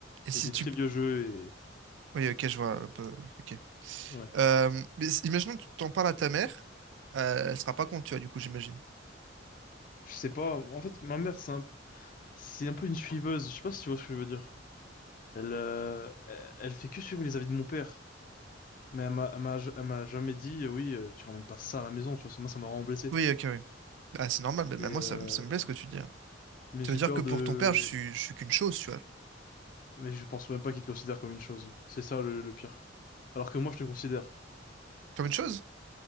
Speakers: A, on the right; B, on the left.
A: Et si
B: Il est
A: tu,
B: très vieux jeu
A: oui, ok, je vois un peu, oui, ok.
B: Ouais.
A: Euh, mais s- imaginons que tu t'en parles à ta mère, euh, elle sera pas contre, tu vois, du coup, j'imagine.
B: Je sais pas. En fait, ma mère, c'est un, c'est un peu une suiveuse. Je sais pas si tu vois ce que je veux dire. Elle, euh, elle elle fait que suivre les avis de mon père. Mais elle m'a, elle m'a, elle m'a jamais dit, euh, oui, euh, tu ramènes pas ça à la maison, tu vois. Moi, ça m'a vraiment blessé.
A: Oui, ok, oui. Ah, c'est normal, mais
B: Mais,
A: même
B: euh,
A: moi, ça, me ça me blesse ce que tu dis. hein.
B: mais
A: Ça
B: j'ai
A: veut dire
B: peur
A: que pour
B: de.
A: ton père, je suis, je suis qu'une chose, tu vois.
B: Mais je pense même pas qu'il te considère comme une chose. C'est ça le, le pire. Alors que moi, je te considère.
A: Comme une chose?